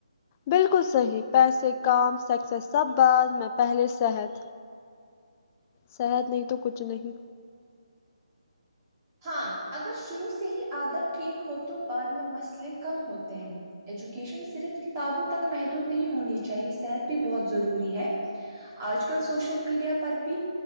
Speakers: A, on the left (about 25°); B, on the right (about 25°).
A: بالکل صحیح پیسے کام سکسیس سب بعد میں پہلے صحت صحت نہیں تو کچھ نہیں
B: ہاں اگر شروع سے ہی عادت ٹھیک ہو تو بعد میں مسئلے کم ہوتے ہیں ایجوکیشن صرف کتابوں تک محدود نہیں ہونی چاہیے صحت بھی بہت ضروری ہے آج کل سوشل میڈیا پر بھی